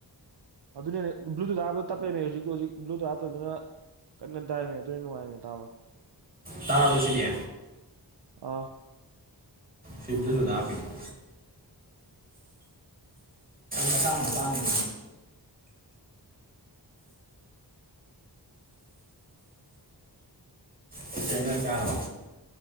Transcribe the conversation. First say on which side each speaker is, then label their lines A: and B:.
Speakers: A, on the right; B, on the right.
A: ꯑꯗꯨꯅꯦ ꯕ꯭ꯂꯨꯇꯨꯠ ꯍꯥꯞꯄꯗ ꯇꯞꯄꯕꯃꯦ ꯍꯧꯖꯤꯛ ꯍꯧꯖꯤꯛ ꯕ꯭ꯂꯨꯇꯨꯠ ꯍꯥꯞꯇꯕꯗꯨꯅ ꯀꯟ ꯀꯟ ꯇꯥꯏꯃꯦ ꯑꯗꯨꯅ ꯅꯨꯡꯉꯥꯏꯃꯦ ꯇꯥꯕ
B: ꯇꯥꯔꯕꫭ ꯁꯤꯗꯤ
A: ꯑꯥ
B: ꯊꯤꯗꯨꯗꯨꯗ ꯍꯥꯞꯄꯤꯅꯤ <unintelligible> ꯃꯇꯥꯡ ꯃꯇꯥꯡꯅꯤ ꯀꯩ ꯀꯩ ꯏꯟꯖꯥꯡ ꯆꯥꯔꯕ